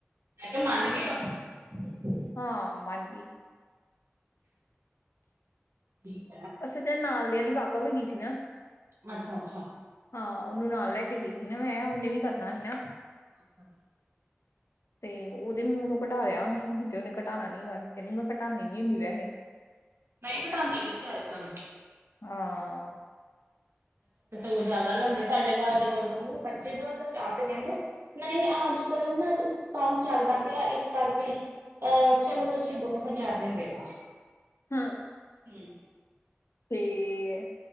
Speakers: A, on the right; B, on the left.
A: ਮ ਕਿਹਾ ਮਨ ਗਓ।
B: ਹਾਂ ਮਾਨਗੀ।
A: ਠੀਕ।
B: ਅੱਛਾ ਜ ਨਾਲ ਦੀ ਵਾਕਫ ਹੋਏ ਗਈ ਸੀ ਨਾ।
A: ਅੱਛਾ ਅੱਛਾ।
B: ਹਾਂ ਉਹਨੂੰ ਨਾਲ ਲੈ ਕੇ ਗਈਗੀ ਨਾ ਮੈਂ ਉਹਨੇ ਵੀ ਕਰਨਾ ਸੀ ਨਾ।
A: ਹ।
B: ਤੇ ਉਹਦੇ ਮੂੰਹ ਨੂੰ ਘਟਾ ਲਿਆ ਉਹਨੇ ਤੇ ਉਹਨੇ <inaudible> ਕਹਿੰਦੀ ਮੈਂ ਘਟਾਨਣੀ ਨੀ ਹੁੰਦੀ ਵੈਸੇ
A: ਮਾਈਕਟਾਗੇਆਂ ਗ ਚਏ ਕਵੇ
B: ਹਾਂ।
A: ੋਂ ਜ਼ਿਆਦਾ ਲਾਦੇ ਸਾਡੇ ਘਰ ਦੇ ਕੋਲਾਨੂੰ ਪੱਚੀ ਹਾਰ ਚ ਕਹਿੰਦੇ ਨਹੀਂ ਅੱਜ ਕੱਲ ਨਾ ਡਕਾਟ ਚੱਲਦਾ ਪਿਆ ਇਸ ਕਰਕੇ ਅਹ ਚਲੋ ਤੁਸੀਂ ਦੋ ਹਜ਼ਾਰ ਦੇ ਦੇਣਾ
B: ਹਾਂ।
A: ਹਮ।
B: ਠੀਕ।